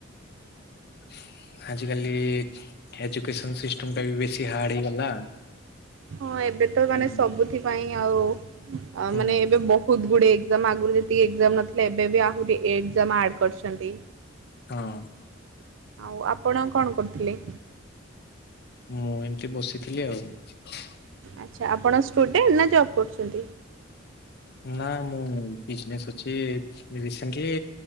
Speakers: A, on the left (about 55°); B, on the right (about 70°).
A: ହ ଆଜିକାଲି ଏ ଏଜୁକସନ ସିଷ୍ଟମ ଟା ବି ବେଶୀ ହାର୍ଡ ହେଇଗଲା।
B: ହଁ ଏବେ ତ ମାନେ
A: ହୁଁ
B: ସବୁଥିପାଇଁ ଆଉ
A: ହୁଁ
B: ମାନେ ଏବେ ବହୁତ ଗୁଡେ ଏକଜାମ୍ ଆଗୁରୁ ଯେତିକି ଏକଜାମ୍ ନଥିଲା ଏବେ ବି ଆହୁରି ଏକଜାମ୍ ଆଡ଼ କରିଛନ୍ତି।
A: ହଁ।
B: ଆଉ ଆପଣ କଣ କରୁଥିଲେ?
A: ମୁଁ ଏମିତି ବସିଥିଲି ଆଉ।
B: ଆଚ୍ଛା ଆପଣ ଷ୍ଟୁଡେଣ୍ଟ ନା ଜବ୍ କରୁଛନ୍ତି?
A: ନାଇଁ ମୁଁ ବିଜ୍ନେସ ଅଛି ରିସେଣ୍ଟଲି